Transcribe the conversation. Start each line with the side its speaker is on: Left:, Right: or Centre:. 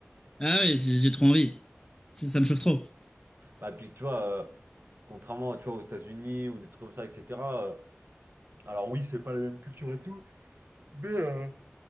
Left: Ah oui, j'ai j'ai trop envie. Ça, ça me chauffe trop.
Right: Bah, puis tu vois. euh, contrairement, tu vois, aux États-Unis ou des trucs comme ça, etc. Alors oui, c'est pas la même culture et tout, mais euh,